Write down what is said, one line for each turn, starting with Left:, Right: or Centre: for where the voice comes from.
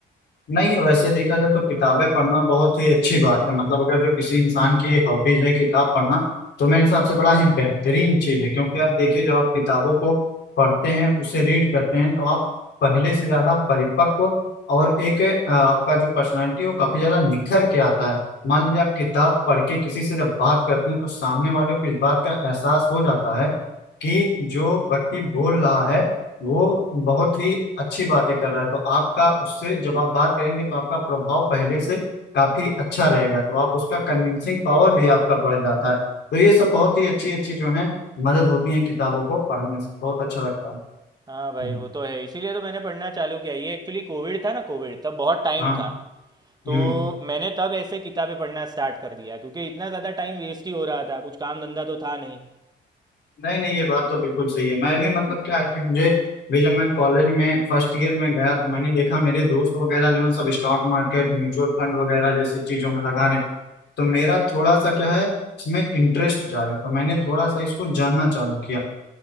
Left: नहीं वैसे देखा जाए तो किताबें पढ़ना बहुत ही अच्छी बात है मतलब अगर जो किसी इंसान की हॉबीज है किताब पढ़ना तो मेरे हिसाब से बड़ा ही बेहतरीन चीज है क्योंकि आप देखिए जब आप किताबों को पढ़ते हैं उसे रीड करते हैं तो आप पहले से ज्यादा परिपक्व और एक अ, आपका जो पर्सनैलिटी है वो काफी ज्यादा निखर के आता है मान लीजिए आप किताब पढ़ के किसी से जब बात करते हैं तो सामने वाले को इस बात का एहसास हो जाता है कि जो व्यक्ति बोल रहा है वो बहुत ही अच्छी बातें कर रहा है तो आपका उससे जब आप बात करेंगे तो आपका प्रभाव पहले से काफी अच्छा रहेगा तो आप उसका कन्विंसिंग पावर भी आपका बढ़ जाता है तो ये सब बहुत ही अच्छी अच्छी जो है मदद होती है किताबों को पढ़ने से बहुत अच्छा लगता है
Right: हाँ
Left: हम्म,
Right: भाई वो तो है इसीलिए तो मैंने पढ़ना चालू किया ये एक्चुअली कोविड था ना कोविड तब बहुत टाइम
Left: हाँ
Right: था तो
Left: हम्म
Right: मैंने तब ऐसे किताबें पढ़ना स्टार्ट कर दिया क्योंकि इतना ज़्यादा टाइम वेस्ट ही हो रहा था कुछ काम धंधा तो था नहीं
Left: नहीं नहीं ये बात तो बिल्कुल सही है मैं भी मतलब क्या है कि मुझे भी जब मैं कॉलेज में फर्स्ट ईयर में गया तो मैंने देखा मेरे दोस्त वगैरह जो है सब स्टॉक मार्केट म्यूचुअल फंड वगैरह जैसी चीजों में लगा रहे हैं तो मेरा थोड़ा सा क्या है इसमें इंटरेस्ट जागा तो मैंने थोड़ा सा इसको जानना चालू किया